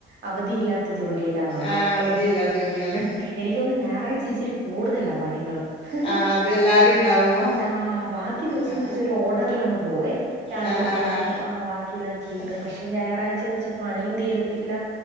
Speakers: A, on the right; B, on the left.
A: അവധിയില്ലാ ത്ത ജോലിയിലാ നമ്മളൊക്കെ.
B: ആ അവധിയില്ലാത്ത ജോലിയാണ്
A: എനിക്ക് തോനുന്നു ഞായറാഴ്ച ഇച്ചിരി കൂടുതലാ പണികള്. <unintelligible>
B: ആ അത് എല്ലാരും ഉണ്ടാവുമ്പോ
A: ആഹ് ബാക്കി ദിവസംന്നച്ച
B: ആ
A: ഒരു ഓഡറിലങ്ങ് പോവേ രാവിലെ
B: ആ ആ ആ
A: പോകുന്നു
B: ആ
A: ആഹ് ബാക്കിയെല്ലാം ചെയ്യുന്നു.
B: അതെ
A: പക്ഷെ ഞായറാഴ്ചെന്ന് വെച്ചാ പണിയും തീരത്തില്ല